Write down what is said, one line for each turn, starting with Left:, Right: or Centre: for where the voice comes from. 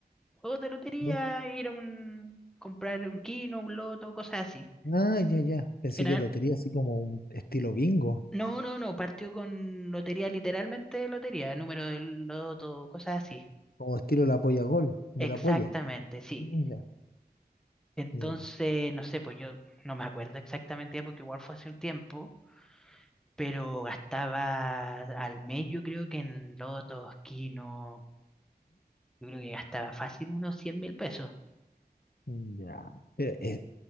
Centre: Juegos de lotería,
Left: bu-
Centre: ir a un, comprar un kino, un loto, cosas así.
Left: Ah, ya, ya. Pensé
Centre: Era,
Left: que lotería así como un estilo bingo,
Centre: no, no, no, partió con lotería, literalmente lotería, número del loto, cosas así.
Left: como estilo la polla gol, de
Centre: Exactamente,
Left: la polla.
Centre: sí.
Left: Mm, ya,
Centre: Entonces,
Left: ya, ya.
Centre: no sé, pues yo no me acuerdo exactamente ya porque igual fue hace un tiempo, pero gastaba al mes yo creo que en lotos, kino Yo creo que gastaba fácil unos cien mil pesos.
Left: Mm, ya. Pero, eh,